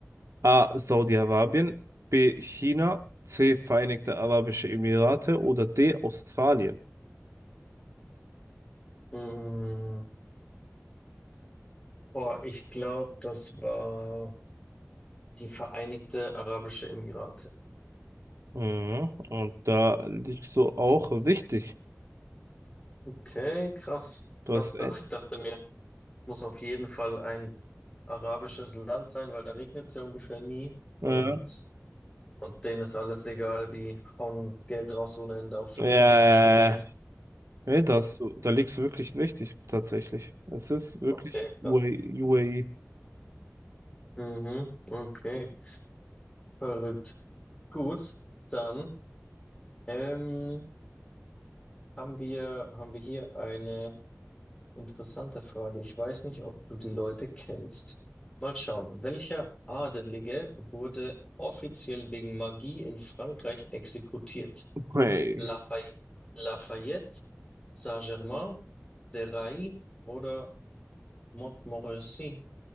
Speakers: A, on the right; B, on the left.
A: A. Saudi-Arabien, B. China, C. Vereinigte Arabische Emirate oder D. Australien.
B: Mm, boah, ich glaube, das war die Vereinigte Arabische Emirate.
A: Mhm, und da liegst du auch richtig.
B: Okay, krass,
A: Du
B: krass.
A: hast ein,
B: Also ich dachte mir, es muss auf jeden Fall ein arabisches Land sein, weil da regnet es ja ungefähr nie
A: äh,
B: und, und denen ist alles egal, die hauen Geld raus ohne Ende auch für
A: Äh,
B: <laughs> künstlichen Regen.
A: nee, da hast du, da liegst du wirklich richtig, tatsächlich. Es ist wirklich
B: Okay, krass.
A: UAE. UAE.
B: Mhm, okay, verrückt. Gut, dann ähm, haben wir, haben wir hier eine Interessante Frage. Ich weiß nicht, ob du die Leute kennst. Mal schauen. Welcher Adelige wurde offiziell wegen Magie in Frankreich exekutiert?
A: Hey,
B: Lafay Lafayette, Saint-Germain, Déraille oder Montmorency?